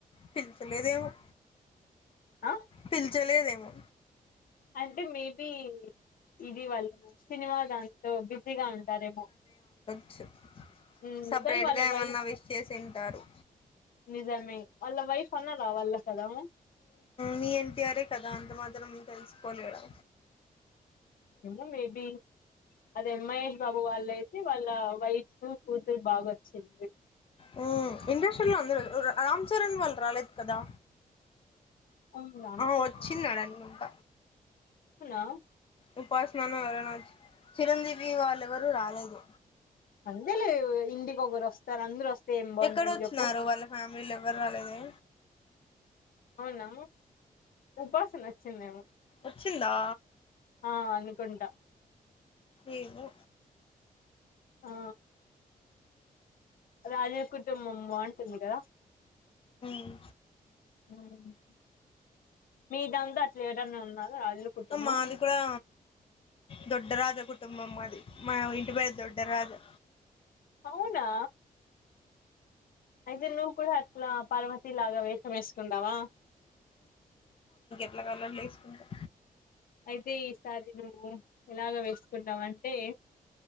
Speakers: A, on the left; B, on the left.
A: పిలిచలేదేమో.
B: ఆ
A: పిలిచలేదేమో
B: అంటే మేబి. ఇది వాళ్ల సినిమా దాంతో బిజీగా ఉంటారేమో
A: చె <unintelligible>
B: ఉమ్,
A: సపరేట్
B: కానీ వాళ్ళ
A: గా ఏమన్నా
B: వైఫ్
A: విష్ చేసింటారు.
B: నిజమే వాళ్ళ వైఫ్ అన్నారా వాళ్ళ కదా
A: మీ ఎన్టీఆరే కదా అంత మాత్రం ఆమాత్రం తెలుసుకోలేడా.
B: ఏమో మేబి. అదే మహేష్ బాబు వాళ్ళ అయితే వాళ్ళ వైఫ్ కూతురు బాగోచ్చింది.
A: మ్మ్ ఇండస్ట్రీలో అందరూ రామ్ చరణ్ వాళ్ళు రాలేదు కదా.
B: అవును రామ్
A: ఆ వచ్చిఉన్నాడు అనుకుంట
B: రామ్
A: ఉపాసనాన ఎవరైనా చిరంజీవి వాళ్ళ ఎవరు రాలేదు.
B: అంతేలే ఇంటికి ఒకరు వస్తారు అందరు వస్తే ఏం బాగుంటుంది
A: ఎక్కడ వచ్చిన్నారు.
B: చెప్పు
A: వాళ్ళ ఫ్యామిలీలు ఎవరు రాలేదే.
B: అవునా ఉపాసన వచ్చిందేమో.
A: వచ్చిందా
B: ఆ అనుకుంటా.
A: ఏమో
B: ఆ అ రాజ కుటుంబం ఉందా
A: అ <unintelligible>
B: ఉ <unintelligible> మీ దంతో అట్లా ఎవరన్నా ఉన్నార రాజుల కుటుంబం
A: ఉమ్ మాది కూడా దొడ్డరాజ కుటుంబం మాది మా ఇంటి పేరు దొడ్డ రాజు
B: అవునా అయితే నువ్వు కూడా అట్లా పార్వతి లాగా వేశం వేసుకుంటావా
A: అట్లా కలర్ వేసుకుంటా
B: అయితే ఈసారి నువ్వు ఎలాగ వేసుకుంటావ అంటే